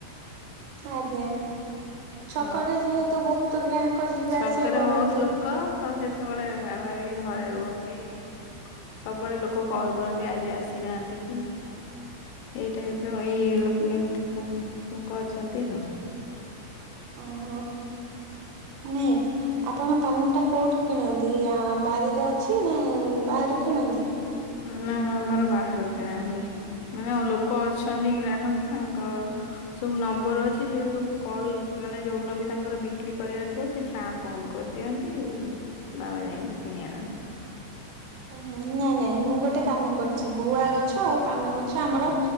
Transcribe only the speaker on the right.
ଆଜ୍ଞା। ଛକରେ
ଯେହେତୁ ବହୁତ ଗ୍ରାହକ ଯିବା
ଆସିବା କରନ୍ତି।
ଓହୋ ନାଇଁ ଆପଣ ପନୁ ଟା କୁ କିଣନ୍ତି ଆ ବାରିର ଅଛି ନା ବାହାରୁ କିଣନ୍ତି?
ଓହୋ ନାଇଁ ନାଇଁ ମୁଁ ଗୋଟେ କାମ କରୁଛି। ଭୁଆ ଗଛ ଆଉ ପାନ ଗଛ ଆମର